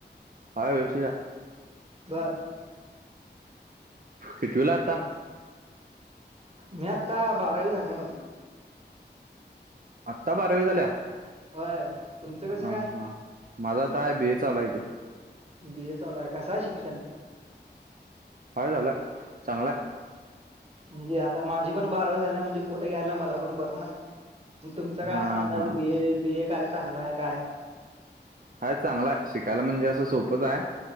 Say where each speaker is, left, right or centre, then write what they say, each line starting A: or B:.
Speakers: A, on the right; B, on the right.
A: हाय व्यवशीत हाय.
B: बर.
A: कितवीलाय आता?
B: मी आता बारावी झाल्या माझी.
A: आत्ता बारावी झाल्या
B: होय तुमचं कसं
A: हा
B: काय?
A: हा माझा आता आहे बीए चालूय की.
B: बी ए चालूय कसय शिक्षण?
A: हाय झालं चांगलाय.
B: म्हणजे आता माझी पण बारावी झाल्या म्हणजे पुढ घ्यायला मला पण बरं ना. तुमचा
A: हा
B: काय असा अंदाज
A: हा
B: बीए बीए काय चांगला हाय काय.
A: हाय चांगलाय शिकायला म्हणजे असं सोपंच हाय